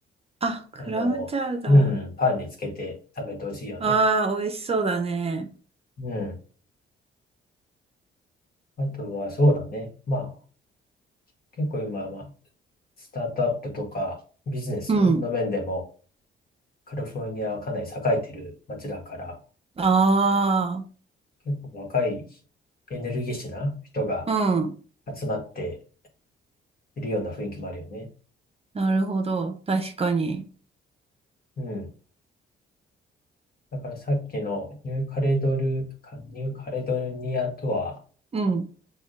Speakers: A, on the right (about 30°); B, on the left (about 50°).
A: あ、クラムチャウダー。
B: あの、うん、パンにつけて食べてほしいよね。
A: ああ、美味しそうだね。
B: うん。あとはそうだね。まあ、結構今、まあ、スタートアップとかビジネスの面でも
A: うん。
B: カリフォルニアはかなり栄えてる街だから、
A: あ
B: 結構若いエネルギッシュな人が
A: あ。うん。
B: 集まっているような雰囲気もあるよね。
A: なるほど。確かに。
B: うん。だからさっきのニューカレドル、かニューカレドニアとは
A: うん。